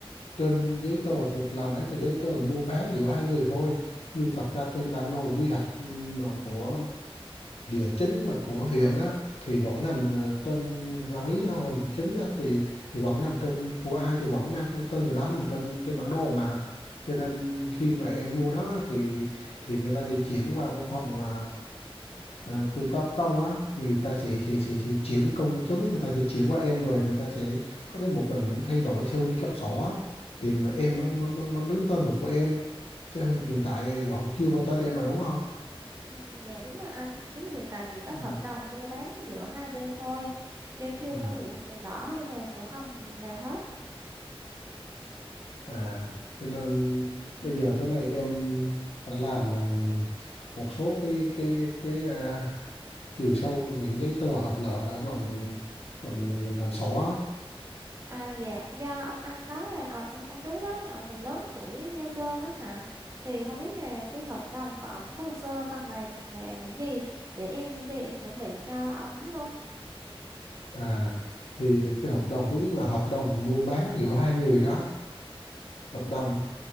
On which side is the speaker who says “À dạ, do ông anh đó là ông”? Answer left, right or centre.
Right